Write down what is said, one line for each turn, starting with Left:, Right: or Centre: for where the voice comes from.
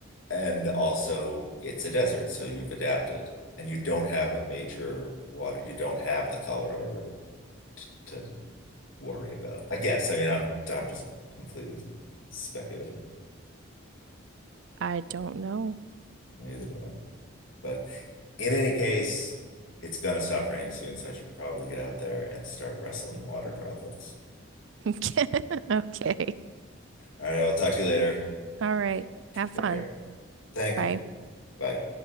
Left: And also, it's a desert, so you've adapted. And you don't have a major water, you don't have the Colorado River t to worry about. I guess. I mean, I'm I'm just completely speculating.
Right: <laughs> I don't know.
Left: Neither do I. But in any case, it's gonna stop raining soon, so I should probably get out there and start wrestling water droplets.
Right: <laughs> Okay. Okay.
Left: All right, I'll talk to you later.
Right: All right. Have fun.
Left: Take care. Thank
Right: Bye.
Left: you. Bye.